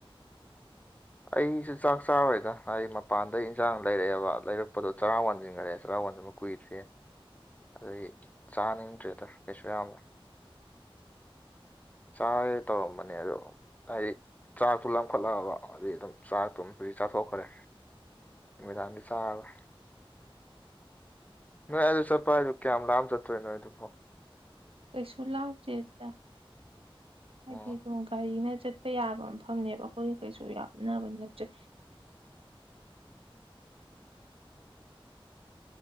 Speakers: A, on the left (about 15°); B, on the right (about 75°).
A: ꯑꯩꯖꯨ ꯆꯥꯛ ꯆꯔꯣꯏꯗ ꯍꯥꯏꯗꯤ ꯃꯄꯥꯟꯗꯩ ꯏꯟꯖꯥꯡ ꯂꯩꯔꯛꯑꯦꯕ ꯂꯩꯔꯛꯄꯗꯣ ꯆꯔꯥ ꯋꯥꯟꯖꯤꯒꯔꯦ ꯆꯔꯥ ꯋꯥꯟ ꯀꯨꯏꯗ꯭ꯔꯦ ꯑꯗꯨꯒꯤ ꯆꯥꯅꯤꯡꯗ꯭ꯔꯦꯗ ꯀꯩꯁꯨ ꯌꯥꯝꯕ ꯆꯥꯒꯦ ꯇꯧꯔꯝꯕꯅꯦ ꯑꯗꯣ ꯍꯥꯏꯗꯤ ꯆꯥꯛꯇꯣ ꯂꯝꯈꯠꯂꯛꯑꯕ ꯑꯗꯩꯩ ꯑꯗꯨꯝ ꯆꯥꯛꯇꯣ <unintelligible> ꯆꯥꯊꯣꯛꯈ꯭ꯔꯦ ꯅꯨꯃꯤꯗꯥꯡꯗꯤ ꯆꯥꯔꯔꯣꯏ ꯅꯣꯏ ꯑꯗꯨ ꯆꯠꯄ ꯍꯥꯏꯗꯨ ꯀꯌꯥꯝ ꯂꯥꯞꯅ ꯆꯠꯇꯣꯏꯅꯣ ꯅꯣꯏ ꯑꯗꯨ ꯐꯥꯎ
B: ꯀꯩꯁꯨ ꯂꯥꯞꯇꯦꯗ ꯍꯥꯏꯗꯤ
A: ꯑꯣ
B: ꯑꯗꯨꯝ ꯒꯥꯔꯤꯅ ꯆꯠꯄ ꯌꯥꯕ ꯃꯐꯝꯅꯦꯕ ꯑꯈꯣꯏꯒ ꯀꯩꯁꯨ ꯂꯥꯞꯅꯕꯗꯤ ꯅꯠꯇ꯭ꯔꯦ